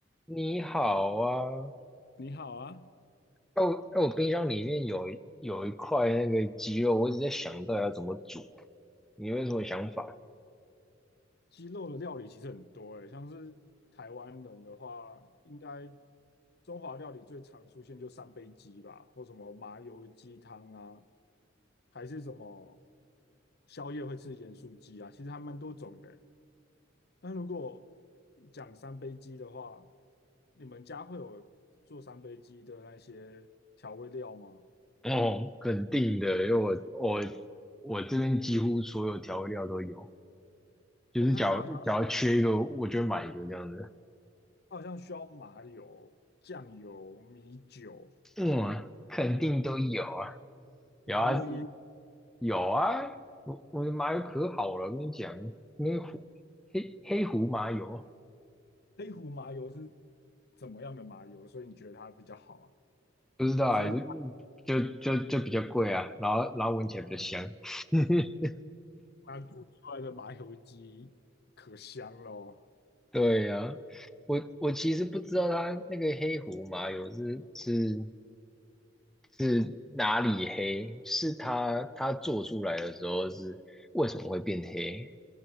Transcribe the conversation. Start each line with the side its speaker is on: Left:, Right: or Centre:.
Centre: 你好啊，
Left: 你好啊，
Centre: 哦，我哎我冰箱里面有一有一块那个鸡肉，我一直在想到底要怎么煮。你有什么想法？
Left: 鸡肉的料理其实很多诶，像是台湾人的话，应该中华料理最常出现就三杯鸡吧，或什么麻油鸡汤啊，还是什么宵夜会吃盐酥鸡啊，其实还蛮多种的诶但如果讲三杯鸡的话，你们家会有做三杯鸡的那些调味料吗？
Centre: 哦，肯定的，因为我我我这边几乎所有调味料都有，就是假如假如缺一个，
Left: 我看它好像
Centre: 我就会买一个这样子。
Left: 它好像需要麻油、酱油、米酒。
Centre: 嗯，肯定都有啊
Left: 麻油椰
Centre: 有啊有啊，我我的麻油可好了，我跟你讲，那个胡黑黑胡麻油
Left: 黑胡麻油是怎么样的麻油？所以你觉得它比较好啊？
Centre: 不知道啊，
Left: 还是
Centre: 就就就就比较贵啊，然后然后闻起来比较香。<laughs>
Left: 它煮出来的麻油鸡可香喽？
Centre: 对呀、我我其实不知道它那个黑胡麻油是是是哪里黑，是它它做出来的时候是为什么会变黑，